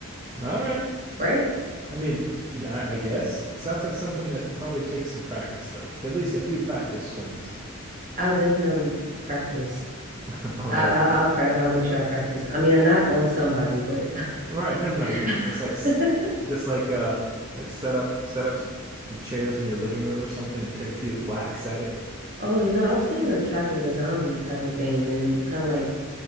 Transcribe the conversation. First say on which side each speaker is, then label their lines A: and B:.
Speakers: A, on the right; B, on the right.
A: All right.
B: right?
A: I mean, yeah, I, I guess it sounds like something that probably takes some practice though. At least a few practice swings.
B: I'll definitely practice.
A: <laughs> All
B: I,
A: right.
B: I, I'll pra- I'll make sure I practice. I mean, I'm not on somebody, but
A: All right. No, no, no.
B: <laughs>
A: You just like s- you just like uh like set up set up some, some chairs in your living room or something and take a few whacks at it.
B: oh, you know, I was thinking of trapping a zombie type of thing, and then kind of like